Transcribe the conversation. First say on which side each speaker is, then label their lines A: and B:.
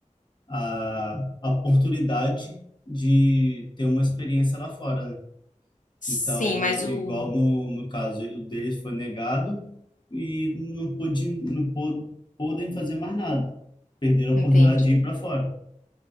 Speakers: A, on the left; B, on the left.
A: a, a oportunidade de ter uma experiência lá fora, né?
B: Sim,
A: Então,
B: mas
A: igual
B: o...
A: no, no caso, o deles foi negado e não pude, não pô- podem fazer mais nada. Perderam a
B: Entendi.
A: oportunidade de ir para fora.